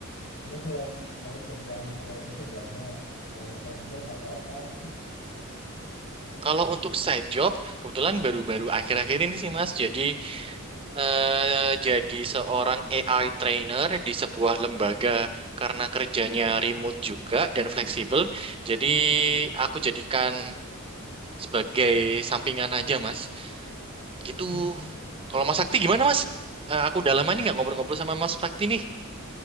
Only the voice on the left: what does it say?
Maksudnya selain ada kerjaan selain itu enggak maksudnya eh, side job atau apa gitu?
Hmm.